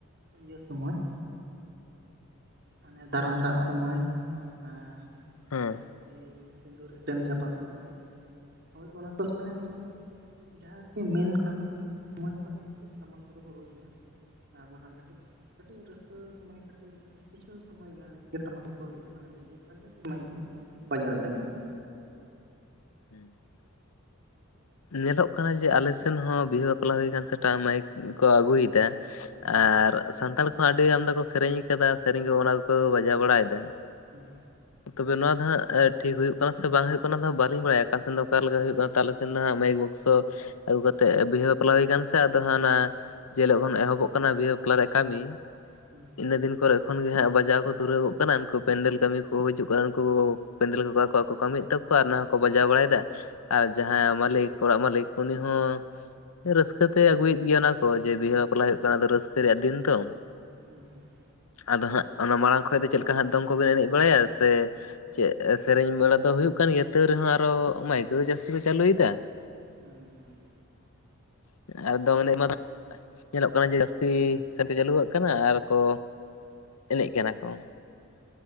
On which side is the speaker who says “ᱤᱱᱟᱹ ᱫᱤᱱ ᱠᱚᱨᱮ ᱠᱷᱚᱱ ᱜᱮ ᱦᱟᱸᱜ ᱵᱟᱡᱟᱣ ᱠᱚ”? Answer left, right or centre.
Left